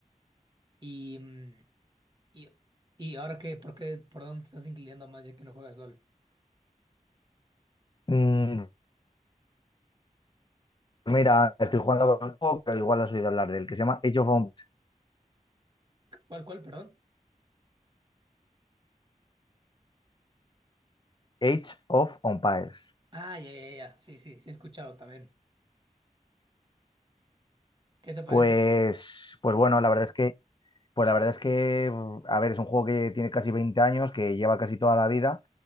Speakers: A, on the right (about 30°); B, on the left (about 35°).
A: Y, mm, y, y ahora qué, ¿por qué, por dónde te estás inclinando más ya que no juegas LOL?
B: Mm, mira, estoy jugando con un juego, pero igual has oído hablar del que se llama Age of, Emp-
A: ¿Cuál, cuál, perdón?
B: Age of Empires.
A: Ah, ya, ya, ya. Sí, sí, sí he escuchado también. ¿Qué te parece?
B: Pues, pues bueno, la verdad es que, pues la verdad es que, mm, a ver, es un juego que tiene casi 20 años, que lleva casi toda la vida,